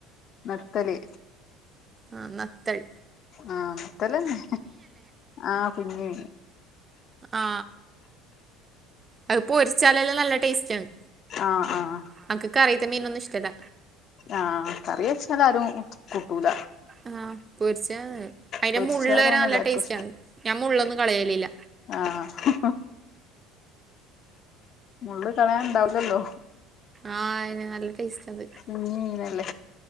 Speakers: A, on the left; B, on the right.
A: നത്തല്.
B: ആ നത്തൽ.
A: ആഹ് നത്തലന്നെ ആ കുഞ്ഞി.
B: ആ അഹ് പൊരിച്ചാലെല്ലാം നല്ല ടേസ്റ്റ് ആണ്.
A: ആഹ ആഹ
B: അനക്ക് കറിയിത്ത മീനൊന്നും ഇഷ്ട്ട ല്ല.
A: ആഹ കറിയെച്ചാല് ആരും കൂട്ടൂല.
B: ആഹ് പൊരിച്ച അതിന്റെ
A: പൊരിച്ചാലാണ്
B: മുള് വരെ നല്ല
A: എല്ലാർക്കും
B: ടേസ്റ്റ് ആണ് ഞാൻ മുള്ളൊന്നും കളയലില്ല.
A: ആ ഹി മുള്ള് കളയാൻ ഇണ്ടാവുല്ലല്ലോ.
B: ആഹ അ തന്നെ നല്ല ടേസ്റ്റാ ത്.
A: ഞ്ഞി മീനാ ല്ലേ?